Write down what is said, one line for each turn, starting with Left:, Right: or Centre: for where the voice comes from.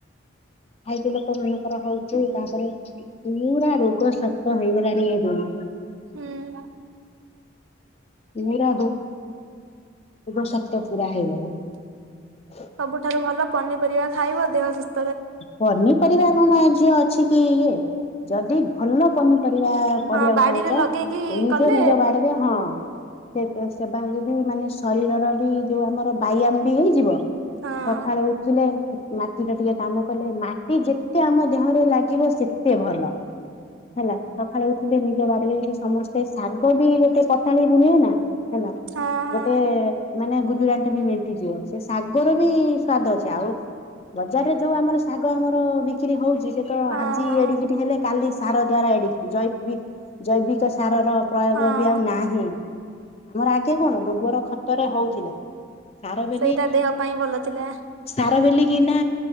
Left: ଖାଇକି ଲୋକ ମାନଙ୍କର ହଉଚି। ତାପରେ ପୁରା ରୋଗ ସତ ହେଇଗଲାଣିି। <unintelligible>
Right: ହୁଁ।
Left: ପୁରା <unintelligible> ଶକ୍ତ ପୁରା ହେଇଗଲାଣି।
Right: ସବୁଠାରୁ ଭଲ ପନିପରିବା ଖାଇବ ଦେହ ସୁସ୍
Left: ପନିପରିବା କଣ ଝିଅ ଅଛି କି ଇଏ। ଯଦି ଭଲ ପନିପ ପରିବା କରିବାକୁ
Right: ହଁ ବାଡିରେ
Left: ଚାହୁଁଚ,
Right: ଲଗେଇକି
Left: ନିଜ
Right: କଲେ
Left: ନିଜ ବାଡି ରେ ହଁ <unintelligible> ସେବା ଯେ ବି ମାନେ ଶରୀରର ବି ଯୋଉ ଆମର ବ୍ୟାୟାମ ବି ହେଇଯିବ।
Right: ହଁ।
Left: ସକାଳେ ଉଠିଲେ ମାଟିର ଟିକେ କାମ କଲେ, ମାଟି ଯେତେ ଆମ ଦେହରେ ଲାଗି ଖଟିବ ସେତେ ଭଲ ହେଲା। ସକାଳେ ଉଠିଲେ ନିଜ ବାଡି ରେ ଯଦି ସମସ୍ତେ ଶାଗ କୋଉଠି ଗୋଟେ ପଟାଳି ବୁଣିବେ ନା ହେଲା,
Right: ହଁ
Left: ଗୋଟେ ମାନେ ବୁ ଗୁଜୁରାଣ ଟି ବି ମେଣ୍ଟି ଯିବ। ସେ ଶାଗର ବି ସ୍ଵାଦ ଅଛି। ଆଉ ବଜାରରେ ଯୋଉ ଆମର ଶାଗ ଆମର ବିକ୍ରି ହଉଚି, ସେଏ ତ
Right: ହଁ
Left: ଆଜି
Right: ହଁ
Left: ଏଡ଼ିକି ଟେ ହେଲେ କାଲି ସାର ଦ୍ଵାରା ଏଡିକି ଜ ଜୈବିକ ସାରର ପ୍ରୟୋଗ
Right: ହଁ ହଁ
Left: ବି ଆଉ ନାହିଁ। ଆମର ଆଗେ କଣ ଗୋବର ଖତରେ ହଉଥିଲା। ସାରବେଲି
Right: ସେଇଟା ଦେହ ପାଇଁ ଭଲ ଥିଲା।
Left: ସାରବେଲି କି ନା